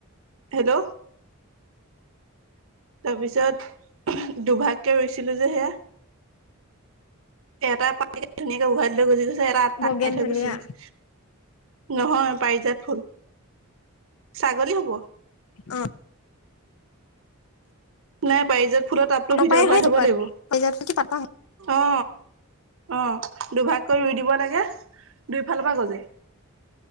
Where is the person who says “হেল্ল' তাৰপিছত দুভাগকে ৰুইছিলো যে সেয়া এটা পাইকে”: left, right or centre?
Right